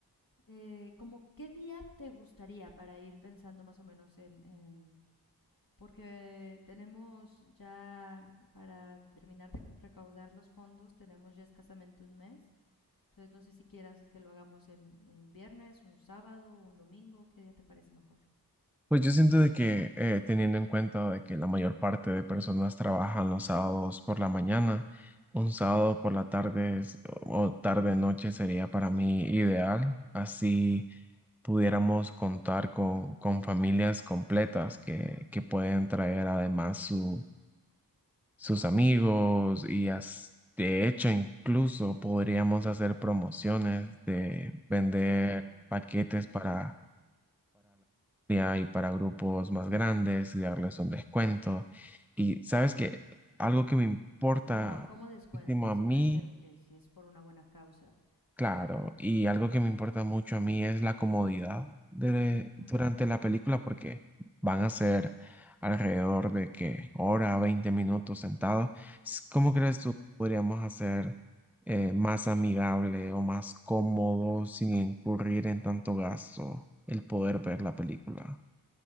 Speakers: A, on the left; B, in the centre.
A: eh, como qué día te gustaría para ir pensando más o menos en, en- Porque tenemos ya, para terminar de c- recaudar los fondos, tenemos ya escasamente un mes. Entonces no sé si quieras que lo hagamos en, en un viernes, un sábado, un domingo, ¿qué día te parece mejor?
B: Pues yo siento de que eh, teniendo en cuenta de que la mayor parte de personas trabajan los sábados por la mañana, un sábado por la tarde es- o tarde noche sería para mí ideal. Así pudiéramos contar con, con familias completas que, que pueden traer además su- sus amigos y as- de hecho incluso podríamos hacer promociones de vender
A: Claro.
B: paquetes
A: Así,
B: para día y para grupos más grandes y darles un descuento. Y sabes que algo que me importa
A: No, ¿cómo descuento?
B: muchísimo a
A: Si
B: mí
A: va a ser, porque si es por una buena causa.
B: Claro, y algo que me importa mucho a mí es la comodidad de,
A: Ujú,
B: durante la película porque van a ser alrededor de que hora, 20 minutos sentados. S- ¿Cómo
A: ujú.
B: crees tú podríamos hacer eh, más amigable o más cómodo sin incurrir en tanto gasto el poder ver la película?